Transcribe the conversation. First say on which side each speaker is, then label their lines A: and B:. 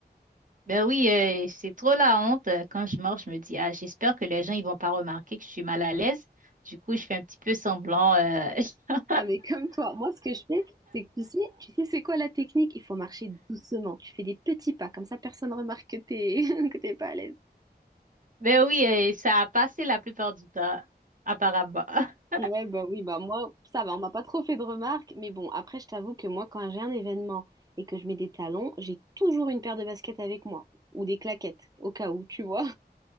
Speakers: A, on the right (about 50°); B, on the right (about 20°).
A: Ben oui, euh, c'est trop la honte. Euh, Quand je marche, je me dis, ah, j'espère que les gens ils vont pas remarquer que je suis mal à l'aise. Du coup, je fais un petit peu semblant. euh, <laughs>
B: Ah, mais comme toi, moi, ce que je fais, c'est que tu sais, tu sais, c'est quoi la technique? Il faut marcher doucement. Tu fais des petits pas, comme ça, personne remarque que t'es <laughs> que t'es pas à l'aise.
A: Ben oui, euh, ça a passé la plupart du temps, apparemment. <laughs>
B: Ouais, bah oui, bah moi, ça va, on m'a pas trop fait de remarques, mais bon, après, je t'avoue que moi, quand j'ai un événement et que je mets des talons, j'ai toujours une paire de baskets avec moi ou des claquettes, au cas où, tu vois.